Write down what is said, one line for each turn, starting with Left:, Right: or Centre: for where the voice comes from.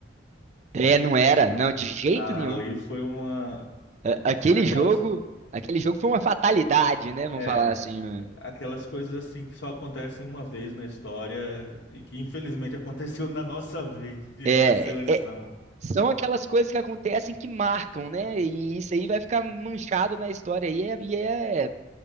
Right: É, não era,
Left: Eu tô-
Right: não, de jeito
Left: a-
Right: nenhum.
Left: Ali foi uma.
Right: A- Aquele
Left: Foi aquelas.
Right: jogo, aquele jogo foi uma
Left: a-
Right: fatalidade, né? Vamos
Left: É,
Right: falar assim, né?
Left: aquelas coisas assim que só acontecem uma vez na história e que infelizmente <laughs> aconteceu na nossa vez de
Right: É,
Left: ver a seleção.
Right: é, São aquelas coisas que acontecem que marcam, né? E isso aí vai ficar manchado na história aí é, e é